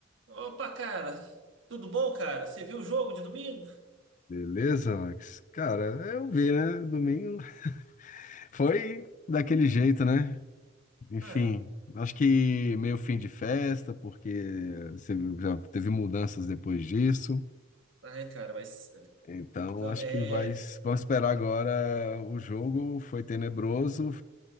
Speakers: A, on the right; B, on the left.
A: Opa, cara, tudo bom, cara? Você viu o jogo de domingo?
B: Beleza, Alex? Cara, eu vi, né? Domingo <laughs> foi daquele jeito, né? Enfim,
A: Cara,
B: acho que meio fim de festa, porque você viu, já teve mudanças depois disso.
A: ai, cara, mas.
B: Então,
A: Não,
B: acho
A: é.
B: que vai, vamos esperar agora. O jogo foi tenebroso,